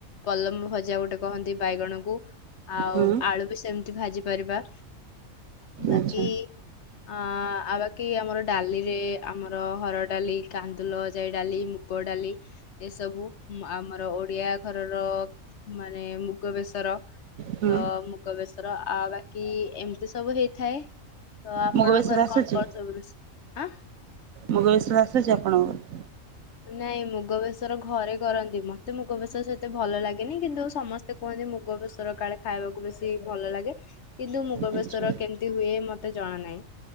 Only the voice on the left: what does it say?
ପଲମ ଭ ଜା ଗୋଟେ କହନ୍ତି ବାଇଗଣକୁ ଆଉ
ଆଳୁ ବି ସେମିତି ଭାଜି ପାରିବା। ବାକି
ଅଁ ଆଉ ବାକି ଆମର ଡାଲିରେ ଆମର ହରଡ ଡାଲି, କାନ୍ଦୁଲ ଯାଇ ଡାଲି ମୁ ଗ ଡାଲି ଏସବୁ ଆମର ଓଡିଆ ଘରର ମାନେ ମୁଗ ବେଶର
ତ ମୁଗ ବେଶ ର ଆଉ ବାକି ଏମିତି ସବୁ ହେଇଥାଏ, ତ ଆପଣଙ୍କ
ଘରେ
କଣ କଣ ସବୁ ରୋଷେଇ? ଆଁ!
ନାଇଁ ମୁଗ ବେସର ଘରେ କରନ୍ତି ମତେ ମୁଗ ବେସର ସେତେ ଭଲ ଲାଗେନି କିନ୍ତୁ ସମସ୍ତେ ତେ କୁହନ୍ତି ମୁଗ ବେସର କାଳେ ଖାଇବାକୁ ବେଶି ଭଲ ଲାଗେ। କିନ୍ତୁ ମୁଗ
ବେସର କେମିତି ହୁଏ ମତେ ଜଣା ନାହିଁ।